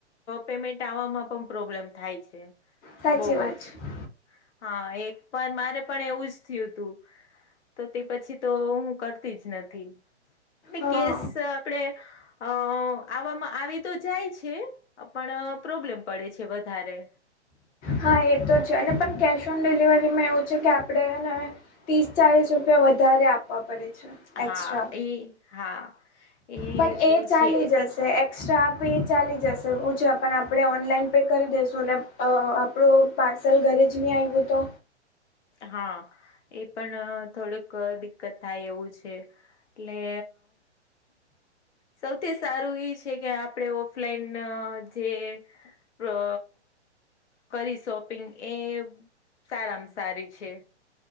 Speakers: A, on the left; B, on the left.
A: પેમેન્ટ આવવામાં પણ પ્રોબ્લેમ થાય છે.
B: સાચી
A: બહુ
B: વાત
A: જ
B: છે.
A: હા એક પણ મારે પણ એવું જ થયું હતું. તો તે પછી તો હું કરતી જ નથી.
B: હા
A: કે આપડે અ આવવામાં આવી તો જાય છે, પણ પ્રોબ્લેમ પડે છે, વધારે.
B: હા એ તો છે, અને પણ કેશ ઓન ડિલિવરીમાં એવું છે, કે આપણેને ત્રીસ ચાલીસ રૂપિયા વધારે આપવા પડે છે.
A: હા
B: એક્સ્ટ્રા
A: ઈ, હા ઈ
B: પણ એ ચાલી
A: છે.
B: જશે એક્સ્ટ્રા પે એ ચાલી જશે હું છે, પણ આપણે ઓનલાઈન પે કરી દઈશું. ને આપણું પાર્સલ ઘરે જ નહીં આવ્યું તો?
A: હા એ પણ થોડક દિક કથા એવું છે એટલે સૌથી સારું એ છે કે આપણે ઓફલાઈન જે અ કરી શોપિંગ એ સારામાં સારી છે.